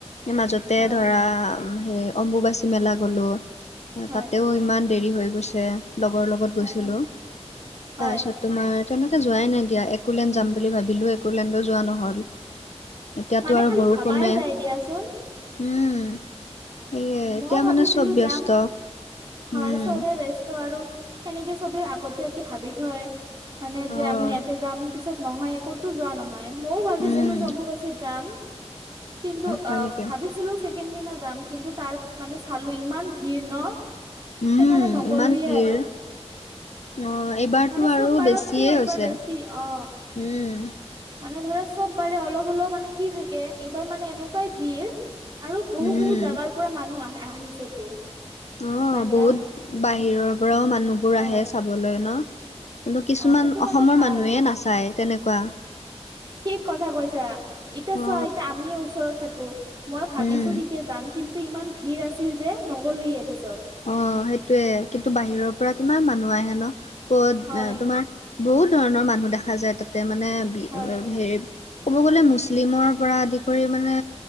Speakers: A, on the left; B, on the right.
A: মাজতে
B: হয়
A: ধৰা হে অম্বুবাচী মেলা গলো
B: হয়
A: তাতেও ইমান দেৰি হৈ গৈছে, লগৰ লগত গৈছিলোঁ,
B: অ হয়
A: তাৰপিছত তোমাৰ তেনেকে যোৱাই নাই দিয়া একোলেণ্ড যাম বুলি ভাবিলো, একোলেণ্ডো যোৱা নহল এতিয়াতো
B: মানে
A: আৰু
B: খালি
A: বৰষুণে,
B: ভাবাই যায় দিয়াচোন
A: উম। সেয়ে এতিয়া
B: মই ভাবিছিলো
A: মানে চব ব্যস্ত
B: যাম, হয়
A: উম।
B: চবে ব্য স্ত আৰু সেনেকে চবেই আগতীয়াকে ভাবি থয় মানে
A: অ',
B: যে আমি ইয়াতে যাম পিছত নহয়ে কতো যোৱা নহয় মই ভাবিছিলো
A: উম,
B: যে অম্বুবাচী যাম কিন্তু
A: হয়
B: অ
A: নেকি?
B: ভাবিছিলো চেকেণ্ড দিনা যাম কিন্তু তাৰ মানে চালো ইমান ভিৰ ন?
A: উম,
B: সেইকাৰণে নগলোএ
A: ইমান ভিৰ
B: আৰু
A: অ', এইবাৰতো
B: মানে চব
A: আৰু
B: বাৰতকে
A: বেছিয়ে
B: এইবাৰ
A: হৈছে
B: বেছি, অ।
A: উম।
B: মানে ধৰা চব বাৰে অলপ হলেও মানে কি থাকে এইবাৰ মানে এনেকুৱাই ভিৰ আৰু বহু-
A: উম
B: বহু জাগাৰ পৰা মানুহ আহি আহিছেতো
A: অ
B: বাহিৰা
A: বহুত বাহিৰৰ পৰাও মানুহবোৰ
B: অ
A: আহে চাবলৈ ন? কিন্তু কিছুমান
B: অ সেইটো কাৰণে
A: অসমৰ
B: ভাল
A: মানুহে নাচায় তেনেকুৱা
B: ঠিক কথা কৈছা। এতিয়া
A: অ
B: চোৱা এতিয়া আমিয়ে ওচৰত থাকো মই ভাবিছো
A: উম
B: ঠিকে যাম কিন্তু ইমান ভিৰ আছিল যে নগলোৱে পিছত
A: অ সেইটোয়ে, কিন্তু বাহিৰৰ পৰা কিমান মানুহ আহে ন ক'ত
B: হয়
A: এ তোমাৰ বহুত ধৰণৰ মানুহ দেখা যায় তাতে মানে বি
B: হয়
A: হেৰি ক'ব গ'লে মুছলিমৰ পৰা আদি কৰি মানে